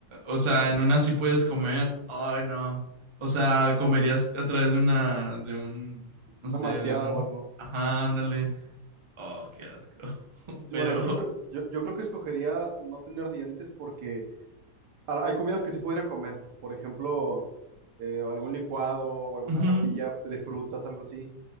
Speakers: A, on the right; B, on the right.
A: o sea, en una sí puedes comer. Ay, no. O sea, comerías a través de una, de un, no
B: Una
A: sé,
B: malteada
A: de un,
B: o algo.
A: ajá, ándale. Oh, qué asco. <laughs>
B: Yo,
A: Pero,
B: bueno, yo, cre- yo, yo creo que escogería no tener dientes porque ha- hay comidas que sí podría comer. Por ejemplo, eh, algún licuado o alguna
A: ujú.
B: papilla de frutas, algo así.